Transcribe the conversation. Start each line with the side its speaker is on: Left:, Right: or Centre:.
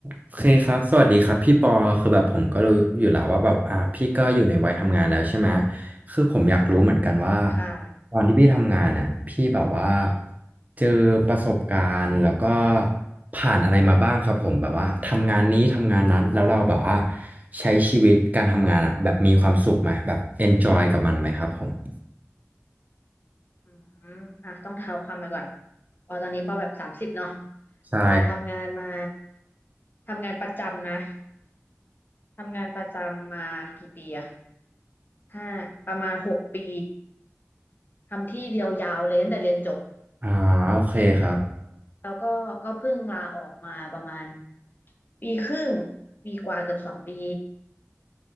Right: โอเคครับสวัสดีครับพี่ปอคือแบบผมก็รู้อยู่แล้วว่าแบบอ่าพี่ก็อยู่ในวัยทำงานแล้วใช่ไหมคือผมอยากรู้เหมือนกันว่า
Left: ค่ะ
Right: ตอนที่พี่ทำงานเนี่ยพี่แบบว่าเจอประสบการณ์แล้วก็ผ่านอะไรมาบ้างครับผมแบบว่าทำงานนี้ทำงานนั้นแล้วเราแบบว่าใช้ชีวิตการทำงานอ่ะแบบมีความสุขไหมแบบ enjoy กับมันไหมครับผม
Left: อืมอ่ะต้องเท้าความไปก่อน ปอตอนนี้ปอแบบสามสิบเนาะ
Right: ใช่
Left: ปอทำงานมา ทำงานประจำนะ ทำงานประจำมากี่ปีอะห้าประมาณหกปี ทำที่เดียวยาวเลยตั้งแต่เรียนจบ
Right: อ่าโอเคครับ
Left: แล้วก็ก็เพิ่งลาออกมาประมาณปีครึ่ง ปีกว่าเกือบสองปี